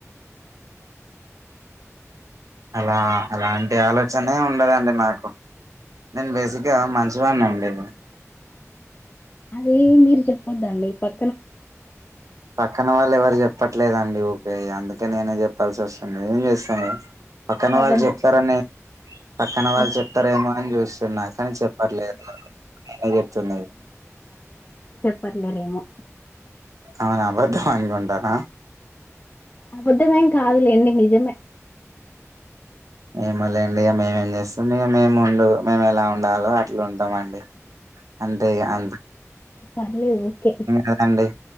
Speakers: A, on the right (about 85°); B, on the left (about 30°).
A: అలా అలాంటి ఆలోచనే ఉండదండి నాకు నేను బేసిక్గా మంచివాడినీ అండి
B: అదే మీరు చెప్పొద్దండి ప
A: పక్కన వాళ్ళు ఎవరు చెప్ చెప్పట్లేదండి ఓకే అందుకే నేనే చెప్పాల్సి వస్తుంది ఏం చేస్తాను పక్కన
B: అది అబద్ధం
A: వాళ్ళు చెప్తారని పక్కన వాళ్ళు
B: అబద్ధంటా
A: చెప్తారేమో అని చూస్తున్నా కాని చెప్పట్లేదు చెప్తుంది
B: పర్లేదేమో
A: అవునా అబద్ధం అనుకుంటార
B: అబుద్ధమేం కాదులేండి నిజమే
A: ఏమో లేండి ఇగ మేమేం చేస్తాం మేము ఉండు మేము ఎలా ఉండాలో అట్లా ఉంటామ అండి అంతే గా
B: పర్లేదు ఓకే
A: కదండి